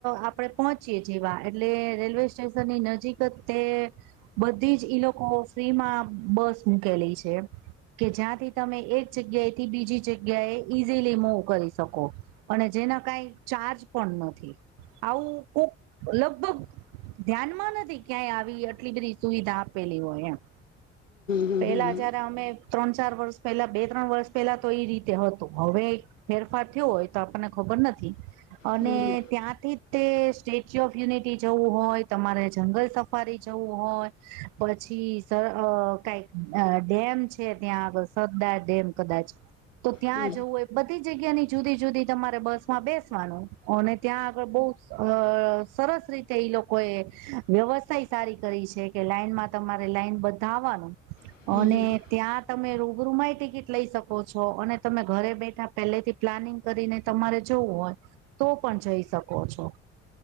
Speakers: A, on the right; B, on the left.
A: આપણે પહોંચીએ જેવા, એટલે રેલવે સ્ટેશનની નજીક ત તે બધી જ ઈ લોકો ફ્રીમાં બસ મૂકેલી છે એમ. કે જ્યાંથી તમે એક જગ્યાએથી બીજી જગ્યાએ ઈઝીલી મૂવ કરી શકો. અને જેના કાંઈ ચાર્જ પણ નથી. આવું કોક લગભગ ધ્યાનમાં નથી ક્યાંય આવી અટલી બધી સુવિધા આપેલી હોય એમ.
B: હમ
A: પહેલા
B: હમ
A: જયારે અમે ત્રણ-ચાર વર્ષ પહેલા, બે-ત્રણ વર્ષ પહેલા તો ઈ રીતે હતો. હવે ફેરફાર થયો હોય તો આપણને ખબર નથી. અને
B: હમ હમ
A: ત્યાંથી તે સ્ટેચ્યુ ઓફ યુનિટી જવું હોય, તમારે જંગલ સફારી જવું હોય પછી સ અહ કાંઈક ડેમ છે ત્યાં આગળ સરદાર ડેમ કદાચ. તો ત્યાં
B: અમે
A: જવું હોય. બધી જગ્યાની જુદી-જુદી તમારે બસ માં બેસવાનું, અને ત્યાં આગળ બહું અહ સરસ રીત તે ઈ લોકો એ વ્યવસ્થાઈ સારી કરી છે, કે લાઈનમાં તમારે લાઈન બધાવાનું.
B: ચાર
A: અને ત્યાં તમે રૂબરૂમાંય ટિકિટ લઈ શકો છો, અને તમે ઘરે બેઠા પહેલેથી પ્લાનિંગ કરીને તમારે જવું હોય તો પણ જઈ શકો છો.